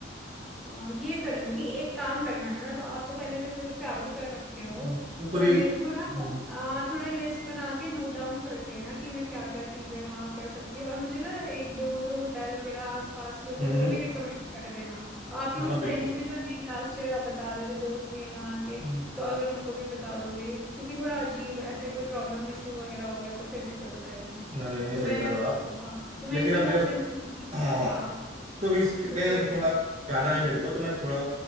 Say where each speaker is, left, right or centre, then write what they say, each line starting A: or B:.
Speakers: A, in the centre; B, on the right.
A: हाँ ये कर लूंगी एक काम करना ना तो आप तो पहले से ट्रैवल कर रखे हो
B: हम्म, मैं पूरी
A: तो मेरे को ना
B: हम्म
A: आ, थोड़ा लिस्ट बना के नोट डाउन कर लेना कि मैं क्या क्या चीजें वहां कर सकती हूँ और मुझे ना एक दो जो होटल वगैरह आसपास के होंगे
B: हम्म,
A: वो
B: हम्म।
A: भी रिकमेंड कर देना आपके
B: हाँ
A: कुछ
B: बिल्कुल
A: फ्रेंड्स भी तो नहीं लास्ट ईयर आप बता रहे थे दोस्त भी हैं वहाँ के
B: हम्म,
A: तो अगर उनको भी बता दोगे क्योंकि थोड़ा अजीब ऐसे कोई प्रॉब्लम इशू वगैरह हो गया तो फिर दिक्कत हो जाएगी
B: ना नहीं नहीं
A: तो
B: सही
A: मैं
B: कह रहे हो आप
A: हाँ तो मैं
B: लेकिन
A: इसी
B: अब
A: हफ्ते
B: मैं
A: निकलूंगी।
B: हाँ हाँ
A: हाँ
B: तो अभी इस-
A: तो
B: मैं
A: फिर
B: अभी थोड़ा जाना है मेरे को तो मैं थोड़ा